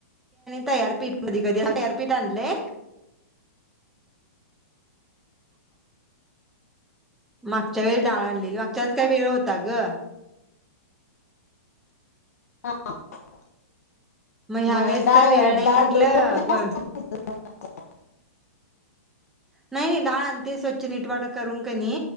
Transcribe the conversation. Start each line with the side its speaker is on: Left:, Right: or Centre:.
Centre: तयार पीठ कधी कधी आणते तयार पीठ आणलय. मागच्या वेळी डाळ आणलेली, मागच्या वेळेस काय वेळ होता ग.
Left: <unintelligible>
Centre: ह्या
Left: मग
Centre: वेळेस
Left: डाळ
Centre: काय वेळ नाही
Left: डाळ
Centre: म्हंटलं
Left: दळून आणतेस
Centre: ग
Left: का? <inaudible>
Centre: नाही डाळ आण ते स्वच्छ नीट वाट करून कणी